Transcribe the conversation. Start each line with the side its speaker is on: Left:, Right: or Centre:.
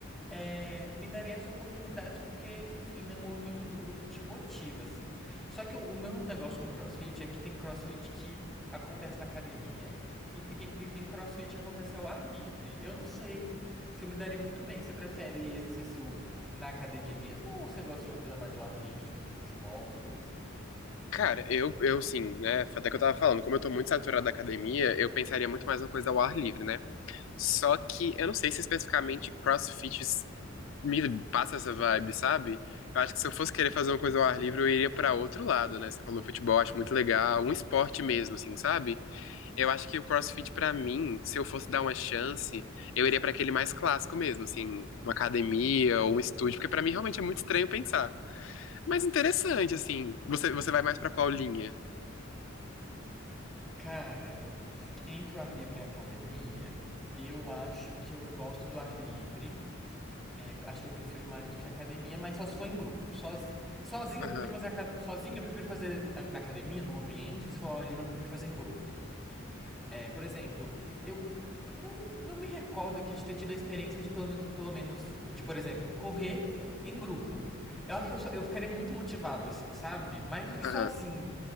Centre: é, me daria essa oportunidade, porque, enfim, né, o movimento do grupo te motiva, assim. Só que o, o meu negócio com CrossFit é que tem CrossFit que acontece na academia e tem, e tem CrossFit que acontece ao ar livre. Eu não sei se eu me daria muito bem. Você prefere exercício na academia mesmo ou você gosta de uma coisa mais ao ar livre, tipo um futebol, uma coisa assim?
Left: Cara, eu, eu assim, né? Até que eu tava falando, como eu tô muito saturado da academia, eu pensaria muito mais uma coisa ao ar livre, né? Só que eu não sei se especificamente CrossFit s- me passa essa vibe, sabe? Eu acho que se eu fosse querer fazer uma coisa ao ar livre, eu iria pra outro lado, né? Você falou futebol, acho muito legal, um esporte mesmo, assim, sabe? Eu acho que o CrossFit, pra mim, se eu fosse dar uma chance, eu iria pra aquele mais clássico mesmo, assim, uma academia ou um estúdio, porque pra mim realmente é muito estranho pensar. Mas interessante, assim. Você, você vai mais pra qual linha?
Centre: Cara, entre o ar livre e a academia, eu acho que eu gosto do ar livre. É, acho que eu prefiro mais do que a academia, mas só se for em grupo. Sozi... Sozinho,
Left: Aham,
Centre: eu prefiro fazer aca- sozinho, eu prefiro fazer a- na academia, num ambiente. Se for ao ar livre, eu prefiro fazer em grupo. É, por exemplo, eu não, não me recordo aqui de ter tido a experiência de pelo menos, pelo menos de, por exemplo, correr em grupo. Eu acho que eu, sou- eu ficaria muito motivado, assim, sabe? Mais do que
Left: aham.
Centre: sozinho.